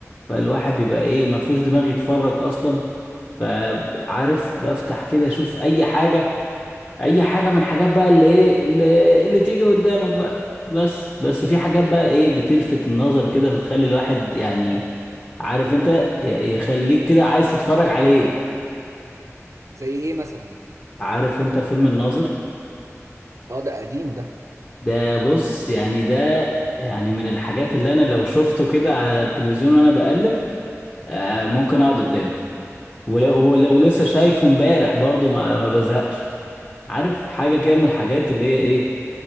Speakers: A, on the left; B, on the right.
A: فالواحد بيبقى ايه ما فيهوش دماغ يتفرج اصلا فعارف بفتح كده اشوف اي حاجه اي حاجه من الحاجات بقى اللي ايه اللي, اللي تيجي قدامك بقى بس بس في حاجات بقى ايه بتلفت النظر كده بتخلي الواحد يعني عارف انت ي- يخليك كده عايز تتفرج عليه
B: زي ايه مثلا
A: عارف انت فيلم الناظر
B: اه ده قديم ده
A: ده بص يعني ده يعني من الحاجات اللي انا لو شفته كده على التلفزيون وانا بقلب آه ممكن اقعد قدامه ولو,
B: تحفة
A: ولو لسه شايفه امبارح برضو ما, ما بزهقش عارف حاجة كده من الحاجات اللي هي ايه